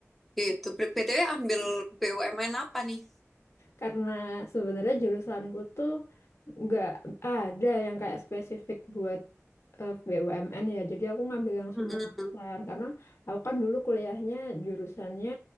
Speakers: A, in the centre; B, on the left.
A: gitu. B- BTW ambil BUMN apa nih?
B: karena sebenarnya jurusanku tuh nggak ada yang kayak spesifik buat eh, BUMN ya jadi aku ngambil yang
A: Mm-mm.
B: semua jurusan karena aku kan dulu kuliahnya jurusannya